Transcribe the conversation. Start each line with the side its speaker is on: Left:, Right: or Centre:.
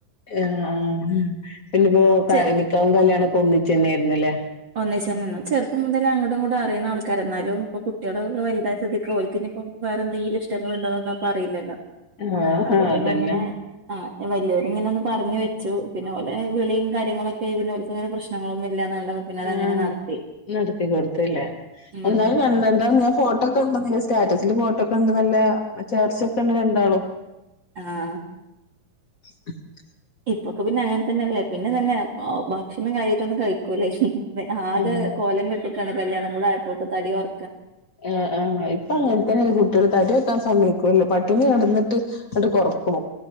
Left: ആ ആ ഹ്മം പിന്നെ ഇപ്പോ ക
Right: ചെ
Left: നിക്കാഹും കല്യാണക്കൊന്നിച്ചെ ന്നേർന്നുല്ലേ
Right: ഒന്നിച്ചേനുന്നു ചെറുപ്പം മുതലേ അങ്ങടും ഇങ്ങടും അറിയുന്ന ആൾക്കാരന്നാലും ഇപ്പൊ കുട്ട്യോള് വലുതായ സ്ഥ്തിക്ക് ഓല്ക്കി ഞിപ്പോ വേറെ എന്തെങ്കിലും ഇഷ്ടങ്ങള് ഉണ്ടോന്നപ്പറയില്ലല്ലോ
Left: ആഹ്
Right: അപ്പൊ പിന്നെ
Left: അതന്നെ
Right: അങ്ങനെ ആ വല്ല്യവരിങ്ങനൊന്ന് പറഞ്ഞു വെ ച്ചു പിന്നെ ഓലെ വിളിം കാര്യങ്ങളൊക്കെയി പിന്നെ ഓല്ക്കങ്ങനെ പ്രശ്നങ്ങളൊന്നില്ലാന്നറിഞ്ഞപ്പോ പിന്നെ അതങ്ങനെ
Left: ആഹ്
Right: നടത്തി
Left: നടത്തി കൊടുത്തല്ലേ
Right: ഉം
Left: എന്നാള് കണ്ട് ണ്ടാർന്ന് ഞാ ഫോട്ടോ ഒക്കെ സ്റ്റാറ്റസില് ഫോട്ടോക്കെ ണ്ട് നല്ല ചേർച്ചക്ക്ണ്ട് രണ്ടാളും
Right: ആഹ്
Left: <unintelligible>
Right: ഇപ്പൊക്കെ പിന്നെ അങ്ങനെ തന്നെല്ലേ പിന്നെ തന്നെ ഭക്ഷണം കാര്യായിട്ടൊന്നും കഴിക്കൂലേ ആകെ
Left: ഏഹ്
Right: കോലം കെട്ടക്കാണ് കല്യാണം കൂടെയാപ്പോത്ത് തടി കൊറ
Left: ആ ആ ഇപ്പൊ അങ്ങനെ തന്നെല്ലേ കുട്ട്യോള് തടി വെക്കാൻ സമയ്ക്കൂല്ല പട്ടിണി കെടന്നിട്ട് അട് കൊറ ക്കും